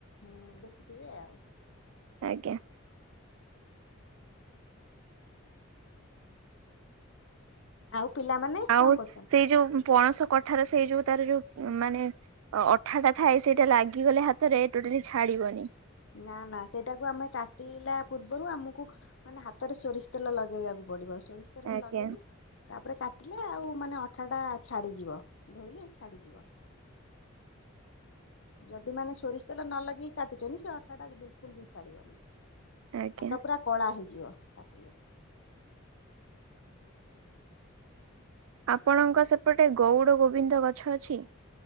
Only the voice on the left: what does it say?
ହୁଁ ଦେଖିଥିବେ ଆଉ।
ଆଉ ପିଲାମାନେ
କଣ କରୁଛନ୍ତି।
ନା ନା ସେଇଟାକୁ ଆମେ କାଟିଲା ପୂର୍ବରୁ ଆମକୁ ମାନେ ହାତରେ ସୋରିଷ ତେଲ ଲଗେଇବାକୁ ପଡିବ ସୋରିଷ ତେଲ
ଲଗେଇକି ତାପରେ କାଟିଲେ ଆଉ ମାନେ ଅଠା ଟା ଛାଡିଯିବ ଧୋଇଲେ ଛାଡିଯିବ। ଯଦି ମାନେ ସୋରିଷ ତେଲ ନ ଲଗେଇକି କାଟୁଛନ୍ତି ସେ ଅଠାଟା ବିଲକୁଲ ବି ଛାଡ଼ିବନି।
ହାତ ପୁରା କଳା ହେଇଯିବ କାଟିଲେ।